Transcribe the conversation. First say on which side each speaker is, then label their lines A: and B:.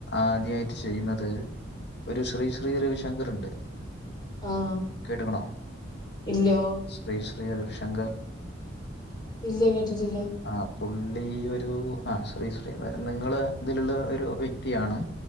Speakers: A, on the left; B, on the left.
A: ആദ്യായിട്ട് ചെയ്യുന്നത് ഒരു ശ്രീ ശ്രീ രവിശങ്കറ്ണ്ട്
B: ആഹ്
A: കേട്ട്ക്ക്ണോ?
B: ഇല്ലോ
A: ശ്രീ ശ്രീ രവിശങ്കർ.
B: ഇല്യ കേട്ടിട്ടില്യ
A: ആഹ് പുള്ളി ഒരു ആഹ് ശ്രീ ശ്രീ അതായത് നിങ്ങള് ഇതിലുള്ള ഒരു വ്യ ക്തിയാണ്